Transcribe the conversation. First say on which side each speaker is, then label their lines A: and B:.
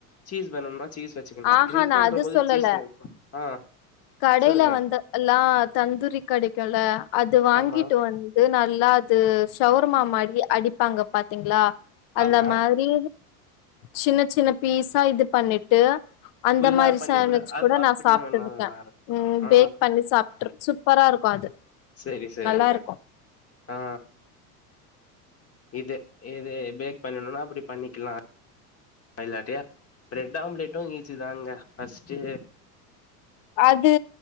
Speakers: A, on the left; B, on the left.
A: சீஸ் வேணுனா சீஸ் வச்சுகலா
B: ஆஹா
A: க்ரில்
B: நா
A: பண்ற
B: அது
A: போது
B: சொல்லல
A: சீஸ் வே ஆ
B: கடையில
A: சொல்லுங்க
B: வந்தல்லா தந்தூரி கிடைக்குல அது வாங்கிட்டு
A: ஆமா
B: வந்து நல் ல அது ஷவர்மா மாரி அடிப்பாங்க பாத்தீங்ளா அந்த
A: ஆமா
B: மாரி சின்ன சின்ன பீஸா இது பண்ணிட்டு அந்த
A: ஃபுல்லா
B: மாரி
A: பண்ணி
B: சேண்ட்விச்
A: அது
B: கூட
A: அப்படியு
B: நா சாப்ட்ருக்கே
A: நல்லா இருக்கு
B: ம்
A: ஆ
B: பேக் பண்ணி சாப்ட்டு சூ ப்பராருக்கு அது
A: செரி செரிங்க
B: நல்லாருக்கு
A: ஆ இது இது பேக் பண்ணணுனா அப்டி பண்ணிக்லா இல்லாட்டி பிரெட் ஆம்லெட்டு ஈஸி தாங்க ஃபஸ்ட்டு
B: அது